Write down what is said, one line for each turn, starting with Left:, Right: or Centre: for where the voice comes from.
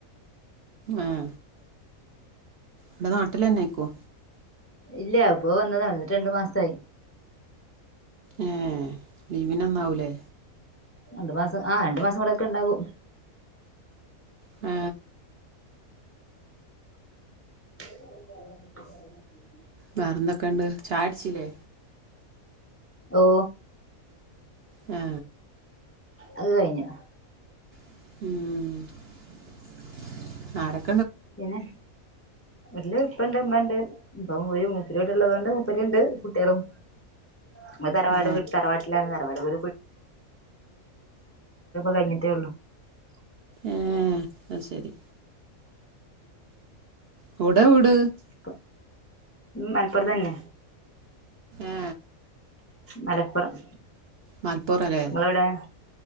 Right: ആഹ ഇവിടെ നാട്ടിലന്നെ ഇക്കോ
Left: ഇല്ല്യാ അപ്പ വന്നതാ വന്നിട്ട് രണ്ടു മാസായി
Right: ഏ ലീവിൻ വന്നാവൂലേ
Left: രണ്ടു മാസം ആ രണ്ടു മാസം ഇവടൊക്കെ ഇണ്ടാവും
Right: ആ
Left: <unintelligible>
Right: വേറെ എന്തൊക്കെ ഉണ്ട് ചായടിച്ചില്ലേ
Left: ഓ
Right: ആ
Left: അത് കഴിഞ്ഞു
Right: <unintelligible>
Left: പിന്നെ വീട്ടില് ഇപ്പയിണ്ട് ഇമ്മണ്ട് ഇപ്പം ഒരു വീട്ടള്ളത് കൊണ്ട് മുപ്പരി ഉണ്ട് കുട്ടികളും. നമ്മ തറവാട്
Right: ഏ
Left: തറവാട്ടിലാണ് തറവാട് <unintelligible>
Right: ആഹ അ ശരി എവട വീട്
Left: അപ്പൊ മലപ്പുറതന്നെ
Right: ഏ
Left: മലപ്പുറം
Right: മലപ്പുറല്ലേ
Left: നിങ്ങളെവിടെ